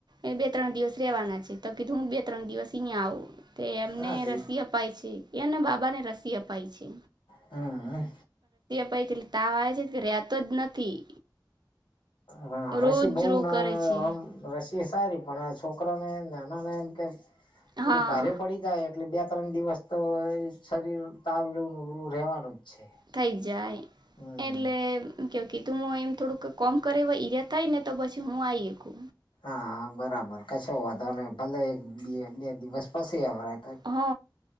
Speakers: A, on the right (about 65°); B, on the left (about 80°).
A: એ બે ત્રણ દિવસ રેવાના છે તો કીધું હું બે ત્રણ દિવસ અહીંયા આવો તો એમને
B: હા તે
A: રસી અપાય છે એને બાબાને રસી અપાય છે.
B: હમ્મ.
A: પટલે તાવ આવે છે કે રતો જ નથી.
B: હા, રસી
A: રોજ
B: બઉ
A: રોગ
B: ના
A: કરે છે
B: આમ રશ એ સારી પણ આ છોકરાને નાના નેમ કે થોડીક
A: હા
B: ભારે પડી જાય એટલે બે ત્રણ દિવસ તો એ શરીર તાવ લેવનું રહેવાનું. છે
A: થઈ જાય
B: હમ
A: એટલે કે કીધું એમ થોડુંક કોમ કરે એઈર થાય ને તો પછી હું આઈ એકુ.
B: હા બરાબર કશો વાંધો નહીં ભલે એક બે બે દિવસ પછી આવ રાએ.
A: હ